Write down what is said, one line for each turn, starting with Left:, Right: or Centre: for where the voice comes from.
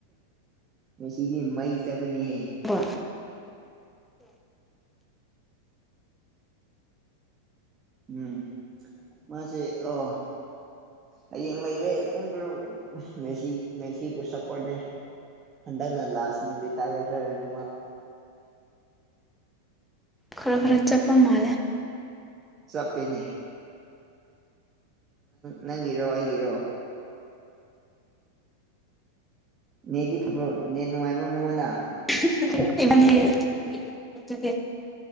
Right: ꯃꯦꯁꯤꯗꯤ ꯃꯩ ꯆꯠꯄꯅꯦꯍꯦ
Centre: ꯕꯥ
Right: ꯎꯝ ꯃꯥꯁꯦ ꯑꫭ ꯍꯌꯦꯡ ꯂꯩꯔꯦ ꯄꯨꯡ ꯇꯔꯨꯛ ꯃꯦꯁꯤ ꯃꯦꯁꯤꯕꯨ ꯁꯄꯣꯠꯅꯦ ꯍꯟꯗꯅ ꯂꯁꯅꯦ ꯔꯤꯇꯌꯥꯔ ꯆꯠꯂꯅꯤ ꯃꯥ
Centre: ꯈꯔ ꯈꯔ ꯆꯠꯄ ꯃꯥꯜꯂꯦ
Right: ꯆꯞꯄꯦꯅꯦ ꯅꯪꯒꯤꯔꯣ ꯑꯩꯒꯤꯔꯣ ꯅꯦꯗꯤ ꯐꯕ꯭ꯔꯣ ꯅꯦꯠ ꯅꯨꯡꯉꯥꯏꯕ꯭ꯔꯣ ꯅꯉꯣꯟꯗ
Centre: <inaudible>